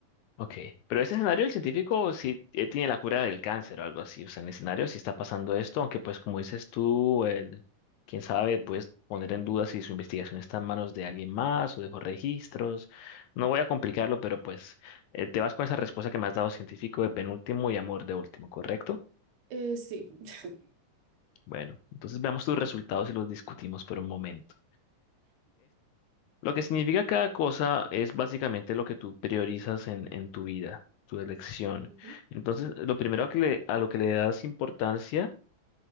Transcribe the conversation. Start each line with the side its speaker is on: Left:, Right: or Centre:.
Left: Ok, pero ese escenario el científico sí eh, tiene la cura del cáncer o algo así, o sea, en el escenario sí está pasando esto, aunque pues como dices tú, el- quién sabe, puedes poner en duda si su investigación está en manos de alguien más o de los registros, no voy a complicarlo, pero pues eh, te vas con esa respuesta que me has dado científico de penúltimo y amor de último, ¿correcto?
Right: Eh, sí. <laughs>
Left: Bueno, entonces veamos tus resultados y los discutimos por un momento. Lo que significa cada cosa es básicamente lo que tú priorizas en, en tu vida, tu elección.
Right: Ujú,
Left: Entonces, lo primero que le- a lo que le das importancia